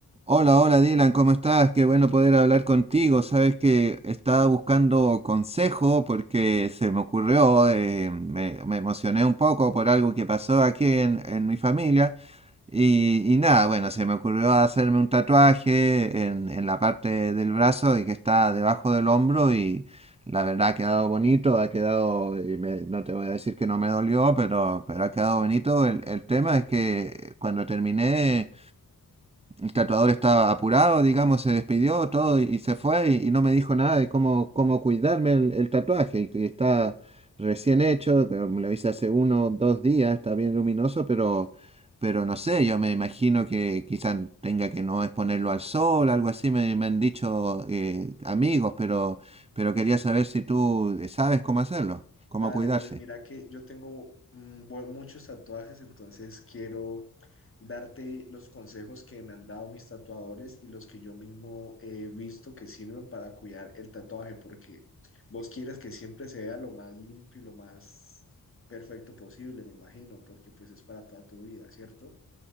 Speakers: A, on the right; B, on the left.
A: Hola, hola Dylan, ¿cómo estás? Qué bueno poder hablar contigo. Sabes que estaba buscando consejo porque se me ocurrió, eh, me, me emocioné un poco por algo que pasó aquí en, en mi familia y, y nada, bueno, se me ocurrió hacerme un tatuaje en, en la parte del brazo y que está debajo del hombro y la verdad ha quedado bonito, ha quedado, y me- no te voy a decir que no me dolió, pero, pero ha quedado bonito. El, el tema es que cuando terminé... El tatuador estaba apurado, digamos, se despidió todo y, y se fue y, y no me dijo nada de cómo, cómo cuidarme el, el tatuaje. Y, que está recién hecho, que me lo hice hace uno o dos días, está bien luminoso, pero, pero no sé, yo me imagino que quizás tenga que no exponerlo al sol, algo así, me, me han dicho eh, amigos, pero, pero quería saber si tú eh, sabes cómo hacerlo, cómo
B: Dale,
A: cuidarse.
B: pues mira que yo tengo mm, bu- muchos tatuajes, entonces quiero darte los consejos que me han dado mis tatuadores y los que yo mismo he visto que sirven para cuidar el tatuaje, porque vos quieres que siempre se vea lo más limpio y lo más perfecto posible, me imagino, porque pues es para toda tu vida, ¿cierto?